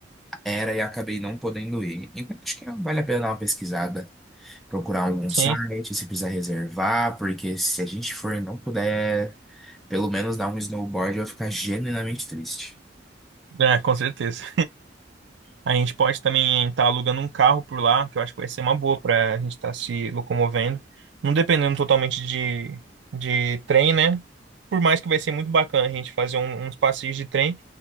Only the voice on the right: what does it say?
Sim,
é, com certeza. A gente pode também estar alugando um carro por lá, que eu acho que vai ser uma boa para a gente estar se locomovendo. Não dependendo totalmente de, de trem, né? Por mais que vai ser muito bacana a gente fazer um- uns passeios de trem,